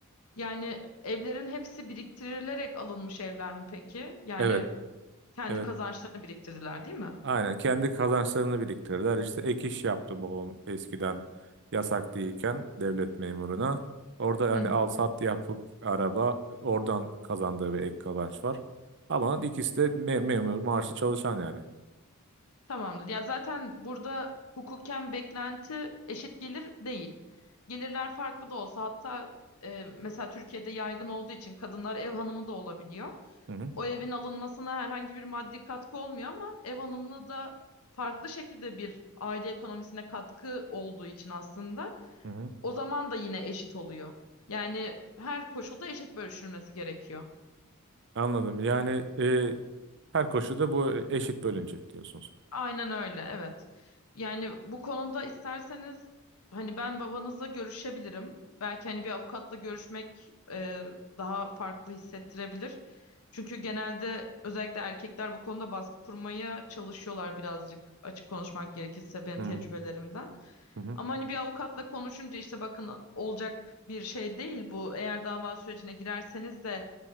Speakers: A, on the left; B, on the right.
A: Yani evlerin hepsi biriktirilerek alınmış evler mi peki? Yani
B: Evet,
A: kendi
B: evet.
A: kazançlarını biriktirdiler, değil mi?
B: Aynen kendi kazançlarını biriktirirler. İşte ek iş yaptı babam eskiden yasak değilken devlet memuruna. Orada hani
A: Hı hı.
B: al sat yapıp araba oradan kazandığı bir ek kazanç var. Ama ikisi de me- memur maaşlı çalışan yani.
A: Tamamdır. Ya zaten burada hukuken beklenti eşit gelir değil. Gelirler farklı da olsa hatta e, mesela Türkiye'de yaygın olduğu için kadınlar ev hanımı da olabiliyor.
B: Hı hı,
A: O evin alınmasına herhangi bir maddi katkı olmuyor ama ev hanımlığı da farklı şekilde bir aile ekonomisine katkı olduğu için aslında
B: hı hı.
A: o zaman da yine eşit oluyor. Yani her koşulda eşit bölüşülmesi gerekiyor.
B: Anladım. Yani e, her koşulda bu eşit bölünecek diyorsunuz.
A: Aynen öyle, evet. Yani bu konuda isterseniz hani ben babanızla görüşebilirim. Belki hani bir avukatla görüşmek e, daha farklı hissettirebilir. Çünkü genelde özellikle erkekler bu konuda baskı kurmaya çalışıyorlar birazcık açık konuşmak gerekirse benim
B: Hı hı,
A: tecrübelerimden.
B: hı hı.
A: Ama hani bir avukatla konuşunca işte bakın olacak bir şey değil bu. Eğer dava sürecine girerseniz de